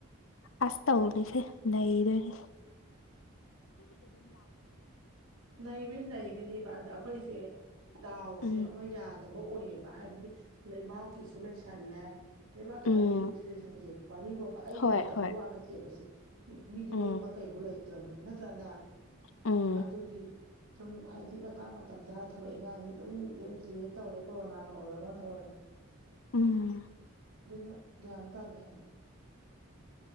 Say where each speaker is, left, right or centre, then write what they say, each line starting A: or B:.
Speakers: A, on the left (about 70°); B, on the right (about 90°).
A: ꯑꯁ ꯇꯧꯅꯤꯁꯦ ꯂꯩꯗꯅꯤ
B: ꯅꯩꯕꯗꯤ ꯅꯩꯒꯅꯦꯕ ꯑꯗ ꯑꯩꯈꯣꯏꯁꯦ ꯗꯥꯎꯁꯦ
A: ꯎꯝ
B: ꯑꯃ ꯌꯥꯗ ꯕ ꯑꯣꯏꯌꯦꯕ ꯍꯥꯏꯕꯗꯤ ꯂꯩꯕꯥꯛꯀꯤꯁꯨ ꯂꯩꯁꯜꯂꯦ ꯂꯩꯕꯥꯛꯀꯤ
A: ꯎꯝ
B: ꯍꯥꯏꯕꯗꯤ ꯇ꯭ꯔꯦꯗꯤꯁꯟꯁꯦ ꯋꯥꯔꯤ ꯐꯕ ꯑꯩ
A: ꯍꯣꯏ
B: ꯈꯤꯇꯪꯒꯤ
A: ꯍꯣꯏ
B: ꯋꯥ ꯅꯠꯇꯦꯕ ꯁꯤ ꯃꯤꯗꯤ
A: ꯎꯝ
B: ꯃꯌꯨꯝ ꯃꯀꯩꯕꯨ ꯂꯩꯇ꯭ꯔꯕꯅꯤ ꯅꯠꯇ꯭ꯔꯅꯦ
A: ꯎꯝ
B: ꯑꯗꯨꯒꯤ ꯁꯨꯝ ꯍꯥꯏꯗꯤ ꯃꯇꯥꯡ ꯃꯇꯝ ꯆꯥꯅ ꯊꯕꯛ ꯏꯪꯈꯥꯡꯁꯦ ꯑꯗꯨꯝ ꯂꯣꯏ ꯗꯤꯂꯦ ꯇꯧꯔꯦ ꯀꯣꯔꯣꯅꯥꯅ ꯑꯣꯏꯔꯣ ꯑꯃꯅ ꯑꯣꯏꯔꯣ
A: ꯎꯝ
B: ꯑꯗꯨꯅ ꯥꯟꯗ ꯑꯗꯕ